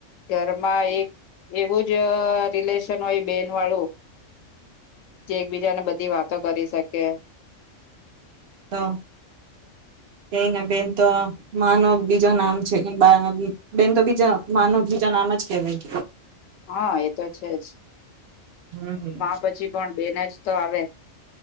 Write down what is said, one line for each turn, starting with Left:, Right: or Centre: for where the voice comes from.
Left: ઘરમાં એક એવું જ રિલેશ હોય બેન વાળું જે એકબીજાને બધી વાતો કરી શકે.
Right: તો કઈને બેન તો માનો બીજું નામ છે બેન તો બીજા માનો બીજા નામ જ કેવાય.
Left: હા એ તો છે જ.
Right: હમ હમ
Left: પછી પણ બેન જ તો આવે,